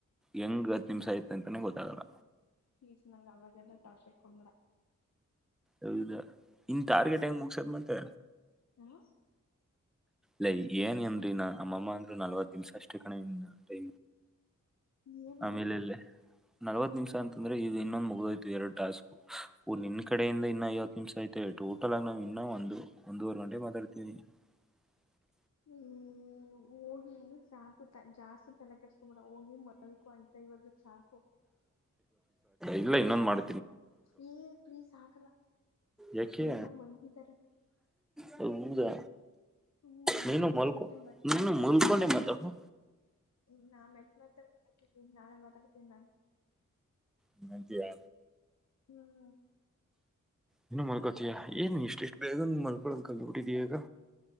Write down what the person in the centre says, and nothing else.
ಹೆಂಗ್ ಹತ್ತು ನಿಮಿಷ ಐತೆ ಅಂತಾನೇ ಗೊತ್ತಾಗಲ್ಲ
ಹೌದಾ ಇನ್ ಟಾರ್ಗೆಟ್ಟ ಹೆಂಗ್ ಮುಗಸದ್ ಮತ್ತೆ
ಲೈ ಏನ್ ನೇಮದಿ ಅಮ್ಮಮ್ಮಾ ಅಂದರು ನಲ್ವತ್ತ ನಿಮಿಷ ಅಸ್ಟೇ ಕಣೆ ಲೆ
ಆಮಲೆ ಏಲ್ಲೇ ನಲ್ವತ್ ನಿಮಿಷ ಅಂದ್ರೆ ಇದು ಇನೊಂದು ಮುಗ್ದೋಯ್ತು ಎರಡ್ ಟಾಸ್ಕ್ ವೋ ನಿನ್ ಕಡೆಯಿಂದ ಇನ್ನ ಐವತ್ತು ನಿಮಿಷ ಐತೆ ಟೋಟಲ್ ಆಗಿ ನಾವು ಇನ್ನ ಒಂದು ಒಂದೂವರೆ ಗಂಟೆ ಮಾತಾಡ್ತೀನೀ <unintelligible>
ಇಲ್ಲ ಇನ್ನೊಂದು ಮಾಡ
ಯಾಕೆ
ಹೌದಾ
ನೀನು
ಮಲ್ಕೊ
ನೀನು ಮಲ್ಕೊಂಡೆ ಮಾತಾಡು
ಹಂಗಂತಿಯ
ನೀನು ಮಲ್ಕೋತಿಯ ಏನ ಇಷ್ಟು ಬೇಗ ಮ್ಯಾಲ್ಕೊಳೋಡು ಕಲ್ತ ಬಿಟ್ಟಿದ್ದೀಯ ಈಗ